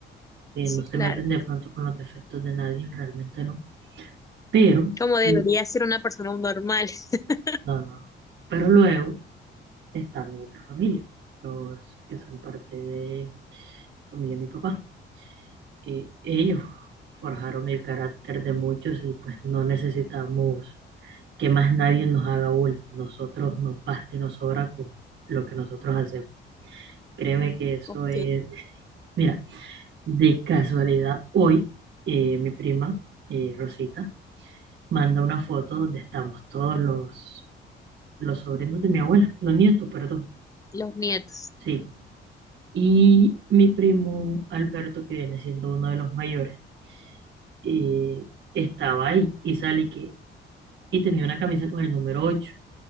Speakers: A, on the right; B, on the left.
A: Eh,
B: Sí,
A: no se
B: claro,
A: meten de pronto con los defectos de nadie, realmente no. Pero,
B: como debería
A: l-
B: ser una persona normal. <laughs>
A: no, no, no. Pero luego está mi otra familia, los que son parte de la familia de mi papá. eh, ellos forjaron el carácter de muchos y pues no necesitamos que más nadie nos haga bullying. Nosotros nos basta y nos sobra con lo que nosotros hacemos. Créeme que eso
B: Ok,
A: es... Mira, de casualidad, hoy eh, mi prima, eh, Rosita, manda una foto donde estamos todos los, los sobrinos de mi abuela, los nietos, perdón.
B: los nietos.
A: Sí. Y mi primo Alberto, que viene siendo uno de los mayores, eh, estaba ahí y sale que y tenía una camisa con el número ocho